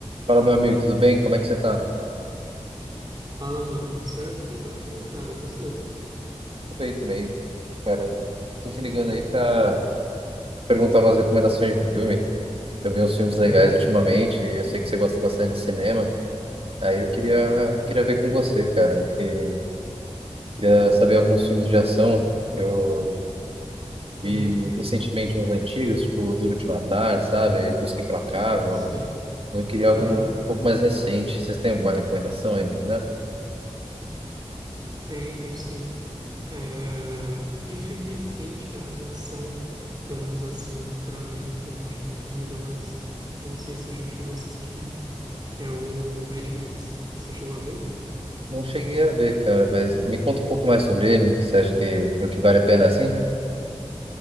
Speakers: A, on the right; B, on the right.
A: Fala, meu amigo, tudo bem? Como é que você tá? Tudo
B: Fala, mano, tudo certo? Tô tranquilo, cara. E você?
A: bem também, cara. Tô te ligando aí pra perguntar umas recomendações de filme. Eu vi uns filmes legais
B: Uhum,
A: ultimamente e eu sei que você gosta bastante de cinema. Aí eu queria, queria ver com você, cara. E queria saber alguns filmes de ação. Eu
B: uhum,
A: vi recentemente uns antigos, tipo Duro de Matar, sabe? Busca Implacável.
B: sei.
A: Eu queria algo
B: Aham.
A: um pouco mais recente. Vocês têm alguma recomendação aí pra me dar?
B: Tenho, tenho sim. É, De filme recente, cara, de ação, pelo menos assim, pra mim, o que eu acho que é um dos melhores, não sei se você já chegou a assistir, é o Mad Max. Você chegou a ver?
A: Não cheguei a ver, cara, mas me conta um pouco mais sobre ele. Você acha que, que vale a pena assim?